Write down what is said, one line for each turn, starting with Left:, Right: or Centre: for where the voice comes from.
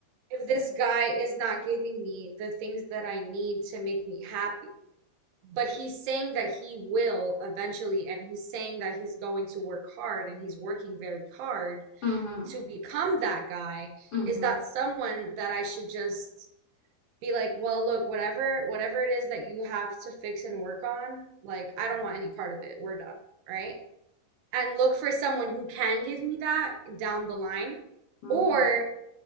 Right: if this guy is not giving me the things that I need to make me happy, but he's saying that he will eventually, and he's saying that he's going to work hard and he's working very hard
Left: Mm-hmm.
Right: to become that guy,
Left: Mm-hmm.
Right: is that someone that I should just be like, well, look, whatever, whatever it is that you have to fix and work on, like, I don't want any part of it. We're done, right? And look for someone who can give me that down the line.
Left: Mm-hmm.
Right: Or